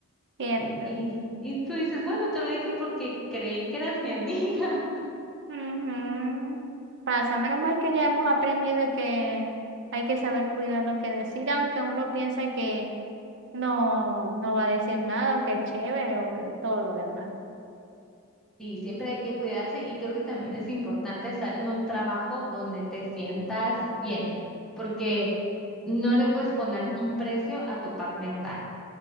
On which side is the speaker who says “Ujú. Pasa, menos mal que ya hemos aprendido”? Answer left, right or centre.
Right